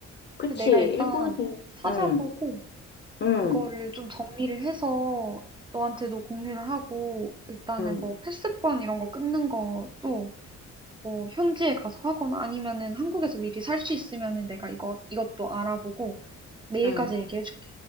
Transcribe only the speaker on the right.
그 내가 일단
찾아보고
그거를 좀 정리를 해서 너한테도 공유를 하고 일단은
뭐 패스권 이런 거 끊는 것도 뭐 현지에 가서 하거나 아니면은 한국에서 미리 살 수 있으면은 내가 이것 이것도 알아보고 내일까지
얘기해 줄게.